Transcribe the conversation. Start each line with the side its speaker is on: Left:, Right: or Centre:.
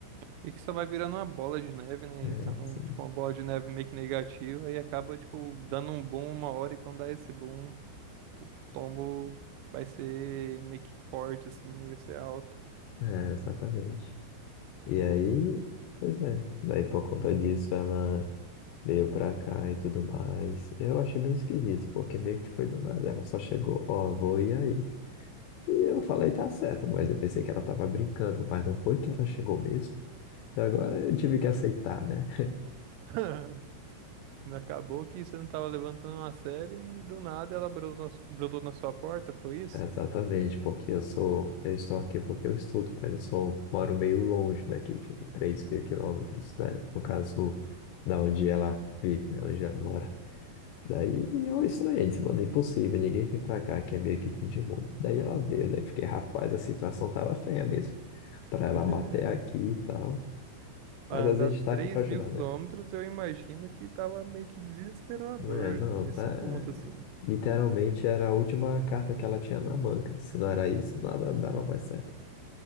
Right: E que só vai virando uma bola de neve, né?
Left: É,
Right: Então,
Left: sim.
Right: tipo, uma bola de neve meio que negativa e acaba, tipo, dando um boom uma hora e quando dá esse boom, o tombo vai ser meio que forte, assim, né? Vai ser alto.
Left: É, exatamente. E aí, pois é. Daí, por conta disso, ela veio pra cá e tudo mais. Eu achei bem esquisito, porque meio que foi do nada. Ela só chegou, ó, vou e aí. E eu falei, tá certo, mas eu pensei que ela tava brincando, mas não foi que ela chegou mesmo. E Agora eu tive que aceitar, né?
Right: <laughs> Acabou que você não tava levantando a sério e do nada ela brotou, brotou na sua porta, foi isso?
Left: Exatamente, porque eu sou, eu estou aqui porque eu estudo, mas eu sou, moro meio longe daqui, tipo, três mil quilômetros, né? No caso, da onde ela vive, né? Onde ela mora. Daí eu estranhei, disse, mano, é impossível, ninguém vem pra cá, que é meio que fim de mundo. Daí ela veio, daí fiquei, rapaz, a situação tava feia mesmo, pra ela
Right: É.
Left: bater aqui e tal.
Right: Pra
Left: Mas a
Right: andar
Left: gente tá
Right: 3
Left: aqui pra ajudar,
Right: mil quilômetros,
Left: né?
Right: eu imagino que tava meio que desesperador
Left: É, não,
Right: nesse
Left: tá.
Right: ponto, assim.
Left: Literalmente era a última carta que ela tinha na manga. Se não era isso, nada dava mais certo.